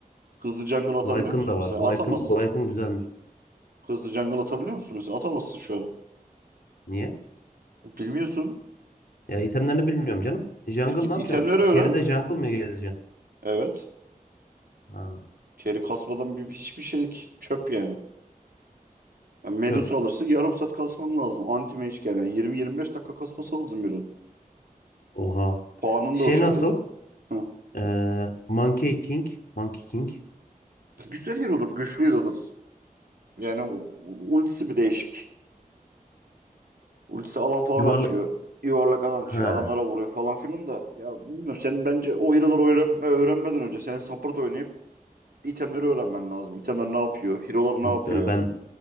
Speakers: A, on the right; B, on the left.
A: Hızlı jungle atabiliyor
B: Lycan
A: musun
B: da var.
A: mesela? Atamazsın.
B: Lycan, Lycan güzelmiş.
A: Hızlı jungle atabiliyor musun mesela? Atamazsın şu an.
B: Niye?
A: Bilmiyorsun.
B: Ya itemlerini bilmiyorum canım. Jungle
A: E, git
B: ne yapacağım?
A: itemleri öğren.
B: Carry'de jungle mı gezeceksin?
A: Evet.
B: Ha,
A: Carry kasmadan bir, hiçbir şey ki- çöp yani. Yani Medusa
B: çöp.
A: alırsın yarım saat kasman lazım. Anti mage yani 20-25 dakika kasması lazım birinin.
B: Oha.
A: Puanın
B: Şey
A: da o şekilde.
B: nasıl?
A: Hı.
B: Ee, Monkey King. Monkey King.
A: Güzel yer olur, güçlü yer olur. Yani u- ultisi bir değişik. Ultisi alan falan
B: Yuvarla
A: açıyor. Yuvarlak alan açıyor.
B: ha
A: Adamlara vuruyor falan filan da. Ya bilmiyorum senin bence o hero'ları öğren öğrenmeden önce sen support oynayıp itemleri öğrenmen lazım. İtemler ne yapıyor? Hero'lar
B: yok
A: ne yapıyor?
B: ya ben